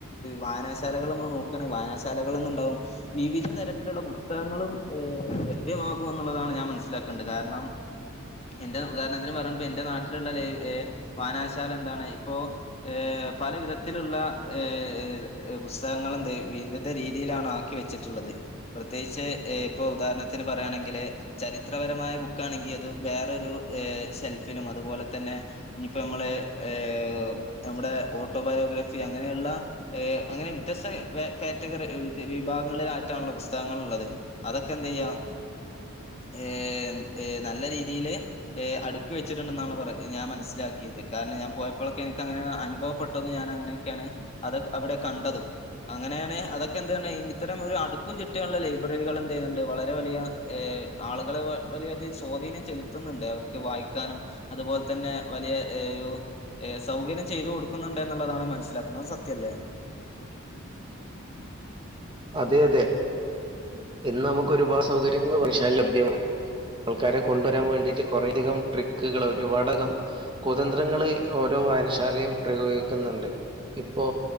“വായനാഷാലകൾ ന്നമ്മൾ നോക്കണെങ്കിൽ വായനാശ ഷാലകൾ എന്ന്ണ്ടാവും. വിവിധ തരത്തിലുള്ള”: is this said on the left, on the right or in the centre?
Left